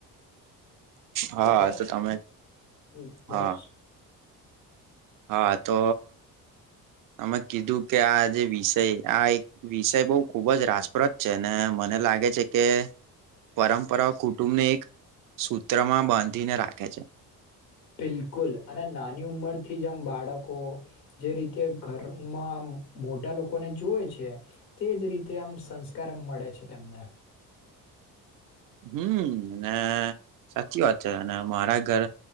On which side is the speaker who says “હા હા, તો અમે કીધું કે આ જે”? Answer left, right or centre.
Right